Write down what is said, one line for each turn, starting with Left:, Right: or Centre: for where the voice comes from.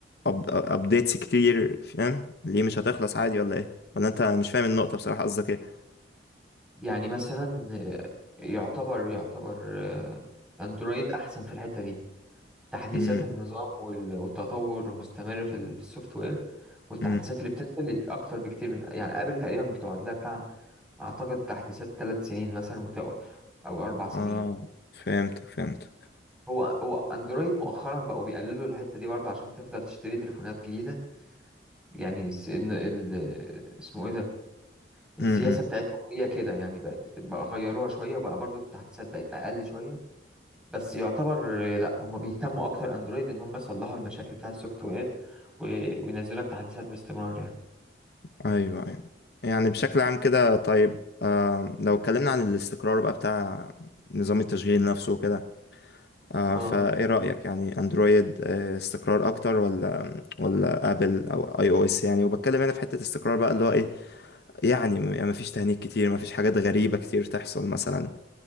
Left: أب ابديتس كتير فاهم ليه مش هتخلص عادي ولا ايه ولا انت مش فاهم النقطه بصراحه قصدك
Centre: يعني مثلا إيه، يعتبر يعتبر آه، اندرويد احسن في الحته دي تحديثات
Left: ايه
Centre: النظام وال- والتطور المستمر في ال- في السوفت وير والتحديثات
Left: امم
Centre: اللي بتنزل اكتر بكتير من يعني ابل تقريبا بتقعد لها بتاع اعتقد تحديثات ثلاث سنين مثلا وتقف او اربع سنين
Left: اه فهمتك فهمتك
Centre: هو هو اندرويد مؤخرا بقوا بيقللوا الحته دي برضه عشان تفضل تشتري تليفونات جديده يعني س- إن ال... اسمه ايه ده السياسه
Left: امم
Centre: بتاعتهم هي كده يعني بقت بقى غيروها شويه وبقى برضه التحديثات بقت اقل شويه بس يعتبر آه، لا هم بيهتموا اكتر اندرويد ان هم يصلحوا المشاكل بتاعه السوفت وير و- وينزلوا لك تحديثات باستمرار يعني
Left: ايوه ايوه يعني بشكل عام كده طيب آه لو اتكلمنا عن الاستقرار بقى بتاع نظام التشغيل نفسه وكده آه
Centre: اه
Left: فايه رأيك يعني اندرويد آه استقرار اكتر ولا ولا ابل او اي او اس يعني وبتكلم هنا في حتة استقرار بقى اللي هو ايه يعني ما فيش تهنيك كتير ما فيش حاجات غريبة كتير تحصل مثلا